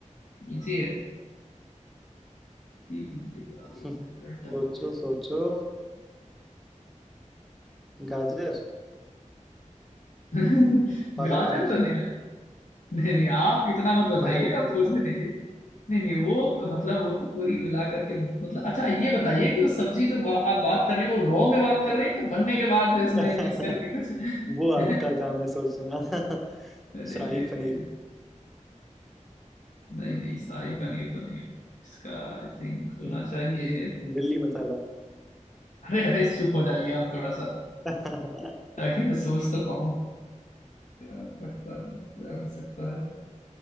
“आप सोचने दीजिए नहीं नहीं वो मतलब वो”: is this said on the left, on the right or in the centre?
Left